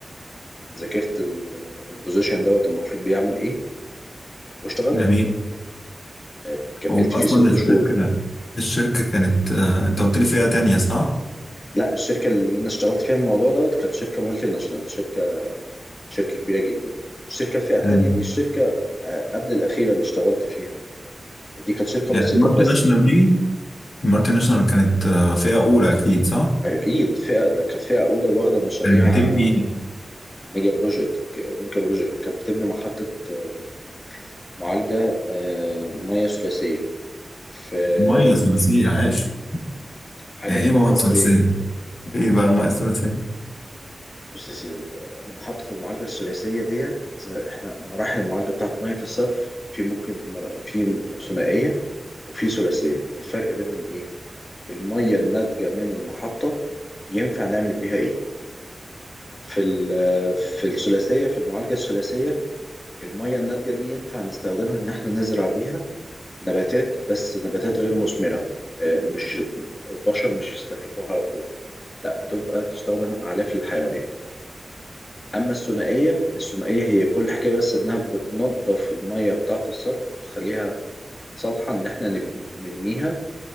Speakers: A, on the left; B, on the left.
A: ذاكرت ال- البوزيشن دوت المفروض بيعمل ايه واشتغلته
B: جميل
A: يعني كملت
B: هو
A: فيه
B: أصلا
A: ست
B: الشركة
A: شهور
B: الشركة كانت آه، أنت قلت لي فئة تانية صح؟
A: لا الشركه اللي انا اشتغلت فيها الموضوع دوت كانت شركه مالتي ناشونال شركه شركة كبيرة جدا الشركة الفئة التانية
B: كانت
A: دي الشركة آه، قبل الأخيرة اللي اشتغلت فيها دي كانت شركة
B: يعني
A: بسيطة
B: المالتي
A: بس
B: ناشونال دي المالتي ناشونال كانت آه، فئة أولى أكيد صح؟
A: أكيد فئة كانت فئة أولى واخدة مشاريع
B: كانت بتبني
A: آه، ميجا بروجكت ميجا بروجكت كانت بتبني محطة آه، معالجة آه، مياه ثلاثية في آه،
B: مية ثلاثية عاش
A: حاجة
B: يعني
A: كده
B: إيه مية
A: خرافية
B: ثلاثية؟ إيه بقى المية الثلاثية؟
A: بص يا سيدي محطة المعالجة الثلاثية ديت آه، احنا مراحل المعالجة بتاعت مية الصرف في ممكن مر- في ثنائية وفي ثلاثية الفرق بينهم ايه؟ المية الناتجة من المحطة ينفع نعمل بيها إيه؟ في ال- في الثلاثية في المعالجة الثلاثية المية الناتجة دي ينفع نستخدمها إن إحنا نزرع بيها نباتات بس نباتات غير مثمرة آه، مش البشر مش يستهلكوها على طول لا بتبقى تستخدم أعلاف للحيوانات أما الثنائية الثنائية هي كل حكاية بس إنها بتنظف المية بتاعة الصرف وتخليها صالحة إن إحنا نب- نرميها